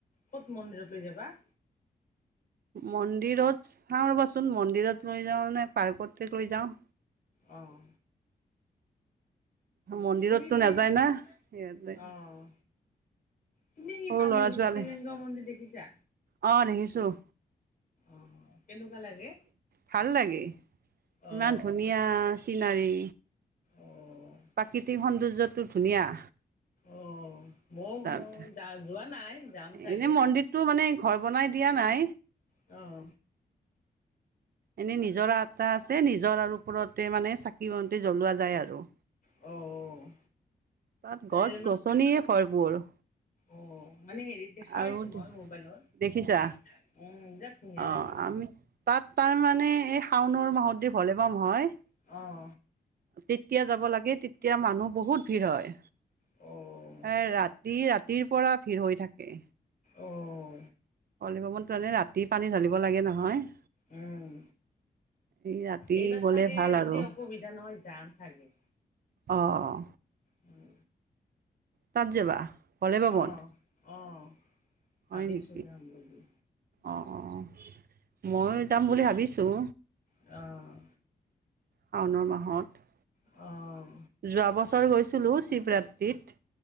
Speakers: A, on the left; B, on the right.
A: ক'ত মন্দিৰত লৈ যাবা?
B: মন্দিৰত চাও ৰ'বাচোন মন্দিৰত লৈ যাওঁ নে পাৰ্কততে লৈ যাওঁ।
A: অ'
B: মন্দিৰততো
A: তুমি <unintelligible>
B: নাযায় না সিহঁতে
A: অ' তুমি সি
B: সৰু
A: পামহি
B: ল'ৰা ছোৱালী
A: জ্যোতিলিংগ মন্দিৰ দেখিছা?
B: অ দেখিছো
A: অ' কেনেকুৱা লাগে?
B: ভাল লাগে,
A: অ'
B: ইমান ধুনীয়া চিনাৰী।
A: অ'
B: প্ৰাকৃতিক সৌন্দৰ্যটো ধুনীয়া।
A: অহ। <unintelligible>
B: তাত
A: যা-যোৱা নাই যাম চাগে।
B: এনে মন্দিৰটো মানে ঘৰ বনাই দিয়া নাই
A: অ'
B: এনে নিজৰা এটা আছে নিজৰাৰ ওপৰতে মানে চাকি বন্তি জ্বলোৱা যায় আৰু।
A: অ'
B: তাত গছ-গছনিৰে
A: এই
B: ভৰপূৰ।
A: অহ। মানে হেৰিত দেখা
B: আৰু
A: পাইছোঁ মই মোবাইলত,
B: দেখিছা
A: উম বিৰাট ধুনীয়া
B: অ
A: লাগে।
B: আমি তাত তাৰমানে এ শাওনৰ মাহত যে ভলেবম হয়।
A: অহ।
B: তেতিয়া যাব লাগে তেতিয়া মানুহ বহুত ভিৰ হয়,
A: অ',
B: এ ৰাতি, ৰাতি তিৰ পৰা ভিৰ হৈ থাকে।
A: অহ
B: ভলেবমত গ'লে ৰাতি পানী ঢালিব লাগে নহয়।
A: উম,
B: এই ৰাতি
A: এইবাৰ
B: গ'লে
A: চাগে
B: ভাল
A: যদি
B: আৰু
A: অসুবিধা নহয় যাম চাগে।
B: অহ।
A: উম।
B: তাত যাবা? ভলীবমত?
A: অ' অ' ভাবিছোঁ
B: হয় নেকি,
A: যাম বুলি।
B: অ' অ' মইয়ো যাম বুলি ভাবিছোঁ।
A: অ'
B: শাওনৰ মাহত।
A: অহ।
B: যোৱা বছৰ গৈছিলোঁ শিৱৰাত্ৰিত,